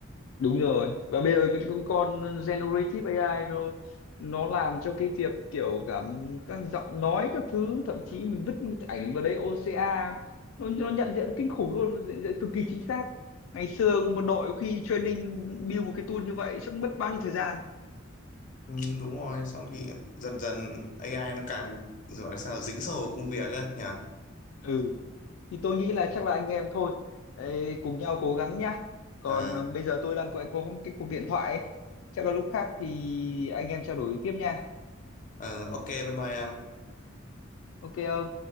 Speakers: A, on the left; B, on the left.
A: đúng rồi và bây giờ mình cũng còn generative AI nó nó làm cho cái việc kiểu cả các giọng nói các thứ thậm chí mình vứt một cái ảnh vào đấy OCA nó nó nhận diện kinh khủng luôn nó nhận diện cực kỳ chính xác ngày xưa một đội khi training build một cái tool như vậy chắc mất bao nhiêu thời gian
B: ừ, đúng rồi xong thì dần dần AI nó càng gọi là sao dính sâu vào công việc ấy nhỉ
A: ừ thì tôi nghĩ là chắc là anh em thôi Ê, cùng nhau cố gắng nhá còn
B: à,
A: ờ, bây giờ tôi đang có, có một cái cuộc điện thoại ấy. chắc là lúc khác thì anh em trao đổi tiếp nha
B: ờ, ok bye bye em
A: ok không